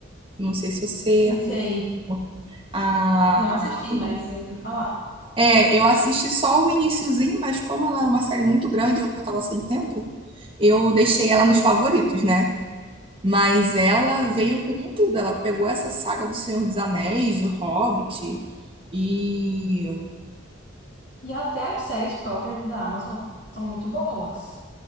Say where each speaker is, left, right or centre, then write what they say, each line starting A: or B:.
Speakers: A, on the right (about 25°); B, on the left (about 55°).
A: não sei se você...
B: Sim,
A: acompanhou.
B: sei.
A: A,
B: Não
A: a,
B: assisti,
A: Amazon
B: mas eu ouvi falar.
A: É, eu assisti só o iniciozinho, mas como ela é uma série muito grande, eu tava sem tempo, eu deixei ela nos favoritos, né? Mas ela veio com tudo, ela pegou essa saga do Senhor dos Anéis, do Hobbit, e
B: E até as séries próprias da Amazon são muito boas.